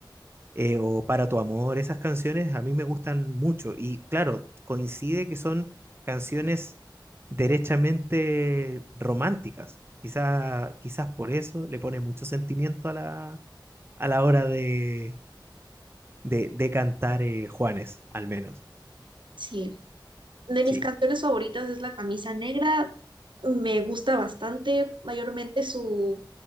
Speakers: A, on the right; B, on the right.
A: eh, o Para tu amor, esas canciones a mí me gustan mucho. Y claro, coincide que son canciones derechamente románticas. Quizá, quizás por eso le pone mucho sentimiento a la, a la hora de, de, de cantar eh, Juanes, al menos.
B: sí. De
A: Sí,
B: mis canciones favoritas es La Camisa Negra. Me gusta bastante, mayormente su...